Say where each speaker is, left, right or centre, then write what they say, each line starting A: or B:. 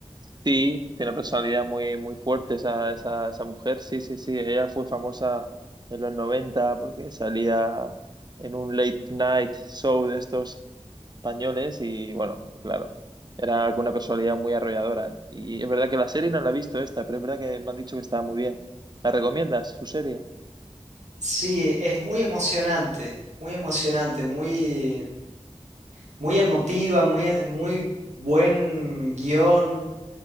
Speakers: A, on the right; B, on the right.
A: Sí, tiene una personalidad muy, muy fuerte esa, esa, esa mujer. Sí, sí, sí. Ella fue famosa en los 90 porque salía en un late night show de estos españoles y bueno, y claro, era con una personalidad muy arrolladora. Y es verdad que la serie no la he visto esta, pero es verdad que me han dicho que estaba muy bien. ¿La recomiendas, su serie?
B: Sí, es muy emocionante, muy emocionante, muy, muy emotiva, muy, eh, muy buen guión.